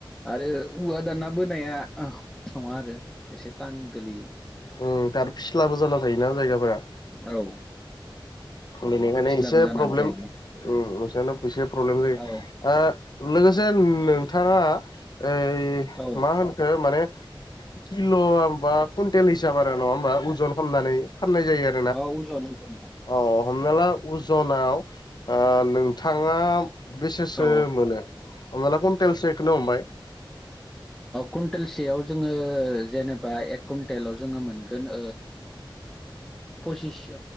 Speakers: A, in the centre; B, on the left (about 55°).
A: आरो औवा दाना बोनाया ख नङा आरो एसे थान गोलैयो।
B: ओम आरो फिस्लाबो जाना थायोना जायगाफोरा
A: औ।
B: गनायखायनो
A: फिस्लाबो
B: एसे
A: जानानै
B: प्रब्लेम
A: थायो
B: नसाल' एसे प्रब्लेम जायो्
A: औ
B: लोगोसे नोंथाङा ओइ
A: औ
B: मा होनखो माने किल' हबा कुइन्टेल हिसाब आरो नङा हबा अजन खालामामनानै फाननाय जायो आरो।
A: औ <unintelligible>
B: औ हमना ला अजनाव ओ नोंथाङा बेसेसो
A: औ
B: मोनो हनाला कुन्टेलसोखौनो हमबाय।
A: कुइन्टेलसेयाव जोङो जेनेबा एक कुइन्टेलाव जोङो मोनगोन। पसिस